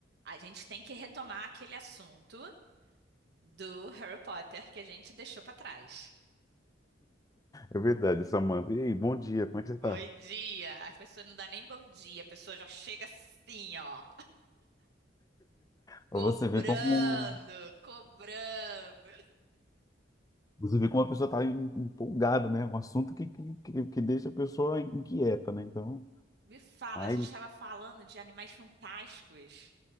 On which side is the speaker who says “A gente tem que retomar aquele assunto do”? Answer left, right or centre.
Right